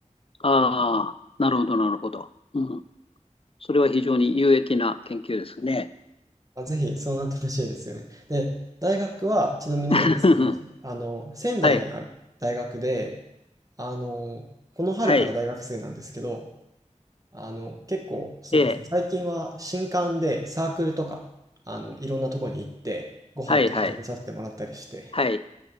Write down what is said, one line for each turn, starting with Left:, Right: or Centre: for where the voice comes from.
Left: ああ、なるほど、なるほど。うん。それは非常に有益な研究ですね。
Right: あ、ぜひそうなってほしいですよね。で、大学はちなみになんですけど、
Left: <laughs>
Right: あの、仙台にある大学で、
Left: はい、
Right: あの、この春から大学生なんですけど
Left: はい、
Right: あの、結構、そうですね、
Left: ええ、
Right: 最近は新刊でサークルとか、あの、いろんなとこに行って、ご飯とか食べさせてもらったりして、
Left: はい、はい、はい、